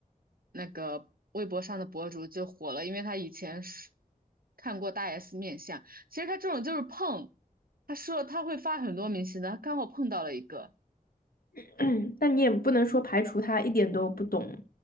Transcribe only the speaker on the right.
那个微博上的博主就火了，因为他以前是看过大 S 面相。其实他这种就是碰，他说他会发很多明星的，他刚好碰到了一个，